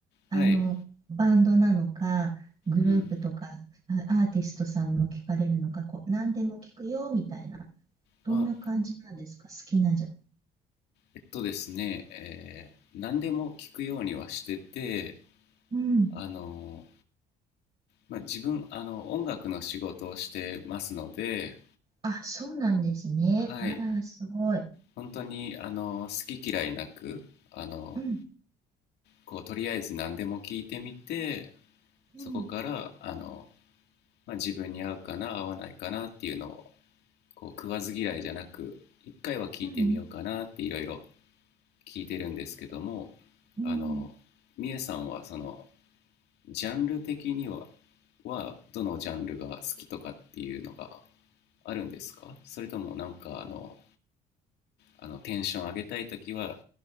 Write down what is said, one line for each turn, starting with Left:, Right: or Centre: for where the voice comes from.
Right: あの、
Left: はい、
Right: バンドなのか、グループとか、
Left: うん、
Right: あアーティストさんの聞かれるのか、こう、何でも聞くよみたいな、どんな感じなんですか、
Left: まあ
Right: 好きなじゃ。
Left: えっとですね、えー何でも聞くようにはしてて
Right: うん。
Left: あのまあ、自分あの音楽の仕事をしてますので、
Right: あ、そうなんですね。
Left: はい、
Right: あら、すごい。
Left: 本当にあの好き嫌いなくあの
Right: うん、
Left: こうとりあえず何でも聞いてみて
Right: うん、
Left: そこからあの、まあ、自分に合うかな合わないかなっていうのをこう食わず嫌いじゃなく一回は聞いてみようかなっていろいろ
Right: うん、
Left: 聞いてるんですけども
Right: うん。
Left: あのみえさんはそのジャンル的にははどのジャンルが好きとかっていうのがあるんですかそれともなんかあのあのテンション上げたいときは